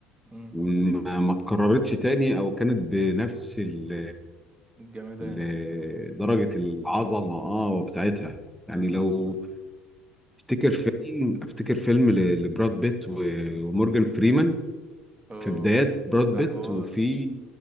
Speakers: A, on the right (about 20°); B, in the centre.
A: امم
B: ما ما اتكررتش تاني أو كانت بنفس ال...
A: جمدان
B: ال... درجة العظمة اه بتاعتها يعني
A: بالظبط
B: لو افتكر فيلم افتكر فيلم ل... لبراد بيت و... ومورجان فريمان
A: أوه،
B: في بدايات براد
A: ده
B: بيت
A: حوار
B: وفي